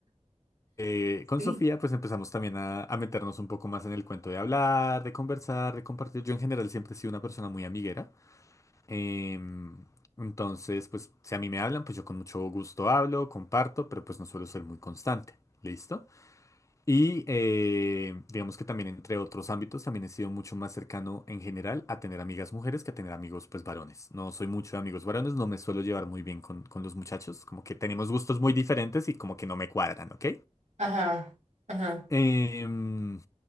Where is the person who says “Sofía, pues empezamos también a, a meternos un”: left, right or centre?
Left